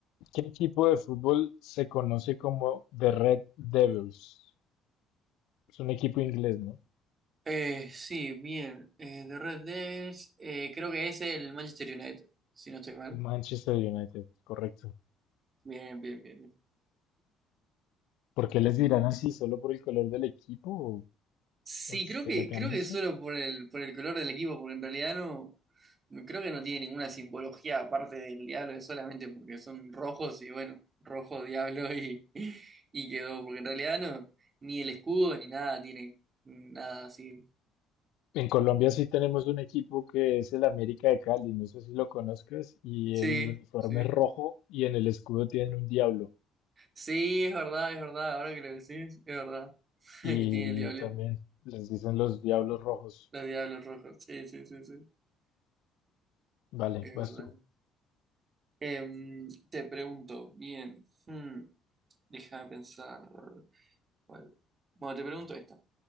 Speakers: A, on the left; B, on the right.
A: equipo de fútbol se conoce como The Red Devils? Es un equipo inglés, ¿no?
B: Eh, sí, bien. Eh, de Red Devils, eh, creo que es el Manchester United, si no estoy mal.
A: Manchester United, correcto.
B: Bien, bien, bien, bien.
A: ¿Por qué les dirán así? ¿Solo por el color del equipo
B: Sí,
A: o
B: creo
A: de
B: que,
A: la camisa?
B: creo que solo por el, por el color del equipo, porque en realidad no, no- creo que no tiene ninguna simbología aparte del diablo, es solamente porque son rojos y bueno, rojo, diablo y, <laughs> y quedó, porque en realidad no, ni el escudo ni nada tiene nada así
A: En Colombia sí tenemos un equipo que es el América de Cali, no sé si lo conozcas, y
B: Sí,
A: el uniforme
B: sí.
A: es rojo y en el escudo tienen un diablo.
B: Sí, es verdad, es verdad. Ahora que lo decís, es verdad. <laughs> Que
A: Y
B: tiene el diablo,
A: también les dicen los diablos rojos.
B: los diablos rojos. Sí, sí, sí, sí.
A: Vale,
B: Es
A: vas
B: verdad.
A: tú.
B: Em, te pregunto, bien. hmm, déjame pensar. ¿cuál? Bueno, te pregunto esta.